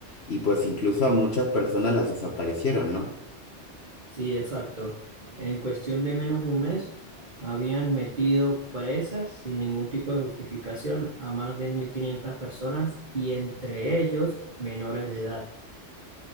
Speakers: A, on the left; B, on the right.
A: y pues incluso a muchas personas las desaparecieron, ¿no?
B: Sí, exacto. En cuestión de menos de un mes, habían metido presas sin ningún tipo de justificación a más de 1.500 personas y entre ellos menores de edad.